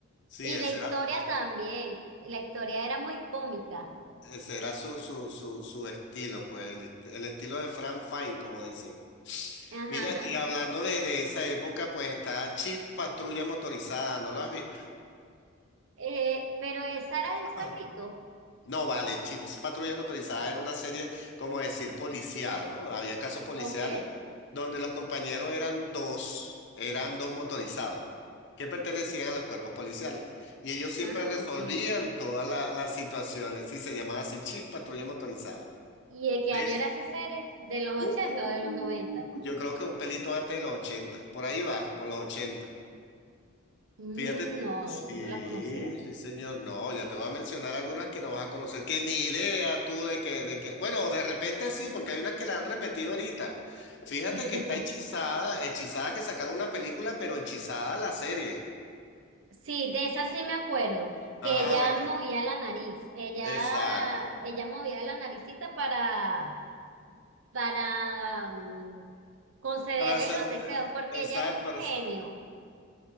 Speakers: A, on the left; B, on the right.
A: Sí,
B: Y
A: ese
B: la historia
A: era, ese-
B: también, la historia era muy cómica.
A: ese era su, su, su, su estilo, pues el, est- el estilo de Frank Fine, como dicen.
B: <laughs> Ajá,
A: Mira, y hablando de, de esa época, pues está Chip Patrulla Motorizada, ¿no lo has visto?
B: Eh, pero esa era
A: <clears throat>
B: de un perrito.
A: No, vale, Chips Patrulla Motorizada era una serie, como decir, policial, ¿no? Habían casos policiales
B: Ok.
A: donde los compañeros eran dos, eran dos motorizados que pertenecían a los cuerpos policiales. Y ellos siempre
B: Ah,
A: resolvían
B: ok.
A: todas la- las situaciones, sí, se llamaba así Chips Patrulla Motorizada.
B: ¿Y de qué
A: De
B: año era esa serie? ¿De los
A: Uh,
B: ochenta o de los noventa?
A: yo creo que un pelito antes de los ochenta Por ahí va, por los ochenta
B: Mm,
A: Fíjate.
B: no,
A: Sí,
B: eso no la conocía.
A: sí, señor. No, ya te voy a mencionar algunas que no vas a conocer, que ni idea tú de que, de que. Bueno, de repente sí, porque hay unas que la han repetido ahorita. Fíjate
B: <laughs>
A: que está Hechizada, Hechizada que sacaron una película, pero Hechizada la serie.
B: Sí, de esa sí me acuerdo, que
A: Ajá,
B: ella
A: la-
B: movía la nariz, ella,
A: exacto.
B: ella movía la naricita para, para mm, concederle
A: Para ser-
B: los deseos, porque
A: exacto,
B: ella era un
A: para
B: genio.
A: ser-